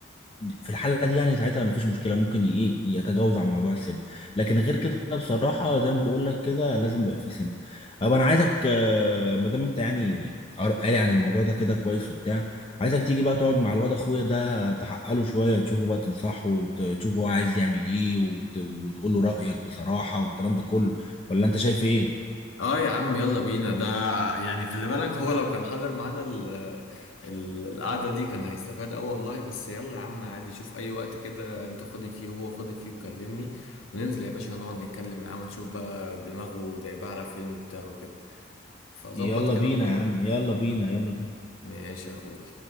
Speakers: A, on the left; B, on the left.
A: في الحاله دي يعني ساعتها مفيش مشكله ممكن ي- ايه يتجاوز عن موضوع السن لكن غير كده بصراحه زي ما بقول لك كده لازم يبقى في سن طب انا عايزك آه، ما دام انت يعني قاري عن الموضوع ده كده كويس وبتاع عايزك تيجي بقى تقعد مع الواد اخويا ده تحقق له شويه تشوفه بقى تنصحه وتشوفه هو عايز يعمل ايه وت... وتقول له رايك بصراحه والكلام ده كله ولا انت شايف ايه
B: اه يا عم يلا بينا ده يعني خلي بالك هو لو كان حاضر معانا ال ال القعدة دي كان هيستفاد اوي والله بس يلا يا عم عادي شوف اي وقت كده انت فاضي فيه وهو فاضي فيه وكلمني وننزل يا باشا نقعد نتكلم معاه ونشوف بقى دماغه جايبها على فين وبتاع وكده فظبط
A: يلا
B: كده
A: بينا
B: وكلمني
A: يا عم يلا بينا يلا بينا
B: ماشي يا اخوي